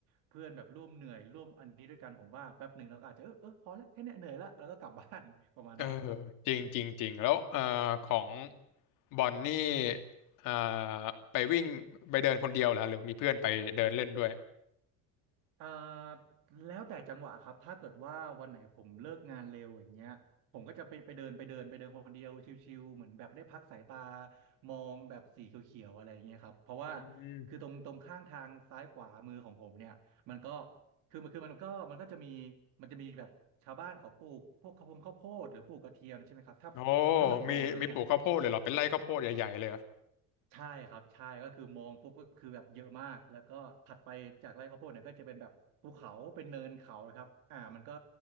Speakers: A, on the right (about 60°); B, on the left (about 65°).
A: เพื่อนแบบร่วมเหนื่อยร่วมอันนี้ด้วยกันผมว่าแป๊บหนึ่งเราก็อาจจะเออเออพอแล้วแค่เนี้ยเหนื่อยละแล้วก็กลับบ้าน <laughs> ประมาณนั้นนะ
B: เออจริงจริงจริงแล้วเอ่อของบอลนี่อ่าไปวิ่งไปเดินคนเดียวเหรอหรือมีเพื่อนไปเดินเล่นด้วย
A: อ่าแล้วแต่จังหวะครับถ้าเกิดว่าวันไหนผมเลิกงานเร็วอย่างเงี้ยผมก็จะไปไปเดินไปเดินไปเดินคนเดียวชิวๆเหมือนแบบได้พักสายตามองแบบสีเขียวๆอะไรอย่างเงี้ยครับเพราะว่า
B: อืม
A: คือตรงตรงข้างทางซ้ายขวามือของผมเนี่ยมันก็คือมันคือมันก็มันก็จะมีมันจะมีแบบชาวบ้านเขาปลูกพวกข้าวโพดข้าวโพดหรือปลูกกระเทียมใช่ไหมครับถ้าถ้ามันโตแล้วเนี่ย
B: โอ้มีมีปลูกข้าวโพดเลยเหรอเป็นไร่ข้าวโพดใหญ่ๆเลยเหรอ
A: ใช่ครับใช่ก็คือมองปุ๊บก็คือแบบเยอะมากแล้วก็ถัดไปจากไร่ข้าวโพดเนี่ยก็จะเป็นแบบภูเขาเป็นเนินเขานะครับอ่ามันก็